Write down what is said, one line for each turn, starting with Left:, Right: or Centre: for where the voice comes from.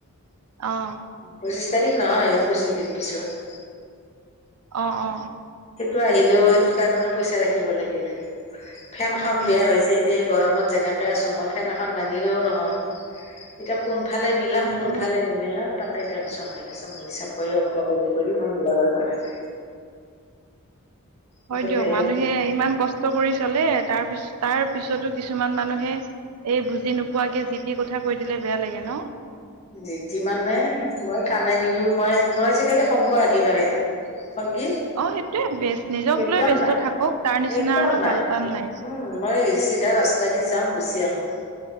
Right: অঁ।
Left: পঁচিছ তাৰিখ নহয় আৰু পঁচিছ দিন পিছত।
Right: অ অ
Left: সেইটো আহিলেও, সেইটোৰ কাৰণেও পইচা ৰাখিব লাগিলে। ফেনখন
Right: লাগিল
Left: বেয়া হৈছে। এতিয়া গৰমত যেনেকে আছো মই ফেন এখন নানিলেওঁ নহয়। এতিয়া কোনফালে মিলাম
Right: হয়
Left: কোনফালে
Right: দিয়ক
Left: নিমিলাম তাতে টেনশন হৈ আছে। মই হিচাপ- কৰি, অংক কৰি কৰি মই মিলাবই পৰা নাই।
Right: হয়
Left: এইফালে
Right: দিয়ক, মানুহে ইমান কষ্ট কৰি চলে তাৰপিছ তাৰ পিছতো কিছুমান মানুহে- এই বুজি নোপোৱাকে যি তি কথা- কৈ দিলে বেয়া- লাগে ন
Left: এই- ইমানে মই কানাই নিলো, মই মই আজিকালি সংগ একেবাৰে বাৰেই নাই সংগী।
Right: অঁ সেইটোৱে বেষ্ট। নিজক
Left: একদম
Right: লৈ ব্যস্ত
Left: নাই
Right: থাকক, তাৰ নিচিনা
Left: একদম
Right: আৰু ভাল
Left: নাই।
Right: কাম নাই।
Left: উম, মই চিধা ৰাস্তা দি যাওঁ, গুচি আহো।